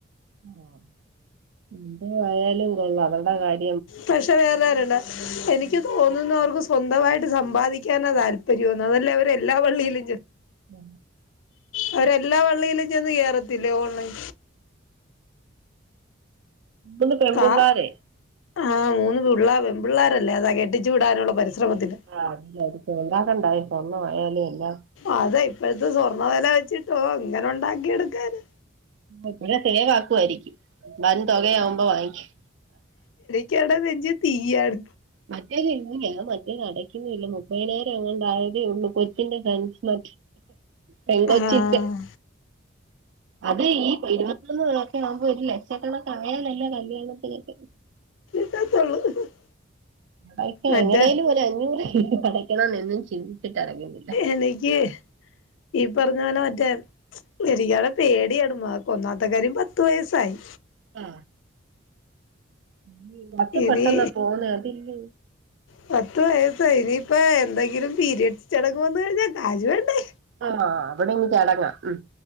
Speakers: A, on the right (about 65°); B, on the left (about 75°).
A: ഉം എന്ത് ആയാലും കൊള്ളാം അവൾടെ കാര്യ
B: പക്ഷെ വേറെ കാര്യണ്ട് എനിക്ക് തോന്നുന്നെ അവർക്ക് സ്വന്തമായിട്ട് സമ്പാദിക്കാനാ താൽ പര്യംയോന്ന് അതല്ലേ അവര് എല്ലാ വള്ളിയിലും ചെ
A: ഉ
B: അവരെല്ലാ വള്ളിയിലും ചെന്ന് കേറത്തില്ലയോഓൺലൈൻ
A: ബള് പെൺപിള്ളാരെ
B: കാ ആഹ് മൂന്ന് പിള്ളേര് പെൺപിള്ളേരല്ലേ അതാ കെട്ടിച്ചു വിടാനുള്ള പരിശ്രമത്തിന്
A: ആ ന്റെട്ത്ത് എന്താപ്പാണ്ടായെ സ്വർണ ആയാലും എല്ലാ
B: അതാ ഇപ്പോഴത്തെ സ്വർണ്ണ വില വെച്ചിട്ടോ ഓ എങ്ങനെ ഉണ്ടാക്കി എടുക്കാനാ
A: ഇബടെ സേവ് ആക്കുവായിരിക്കും വൻ തുകയാവുമ്പോ വാങ്ങിക്കും
B: ക്കാടെ നെഞ്ചിൽ തീയ്യാണ്
A: മറ്റേത് ഇന്ന് ഞാൻ മറ്റേ അടക്കുന്നില്ല മുപ്പതിനായിരം ആങ്ങണ്ടെ ആയതേ ഉള്ളൂ കൊച്ചിന്റെ ഫ്രണ്ട്സ് പെൺകൊച്ചിന്റെ
B: ആഹ്
A: അത് ഈ ഇരുപത്തൊന്ന് വയസ്സാവുമ്പോ ഒരു ലക്ഷക്കണക്കാങ്ങ നയല്ലെ കല്യാണത്തിനൊക്കെ
B: <unintelligible>
A: പൈസ
B: മറ്റേ
A: എങ്ങനേലും ഒരഞ്ഞൂറ് അടയ്ക്കണം എന്നേര്ന്നു ചിന്തിച്ചിട്ടറങ്ങിയത്
B: എനിക്ക് ഈ പറഞ്ഞ പോലെ മറ്റേ എനിക്കാളെ പേടിയാണ് മ ഒന്നാമത്തെ കാര്യം പത്ത് വയസ്സായി.
A: ആ <unintelligible> ത്ര
B: ഇനി
A: പെട്ടെന്നാ പോണെ അതില്ലേ
B: പത്ത് വയസ്സായി ഇനിയിപ്പോ എന്തെങ്കിലും പീരയഡ്സ് ചടങ്ങു വെന്ന് കഴിഞ്ഞാൽ കാശ് വേണ്ടേ
A: ആ അത് പിന്നെ ചടങ്ങാ ഉം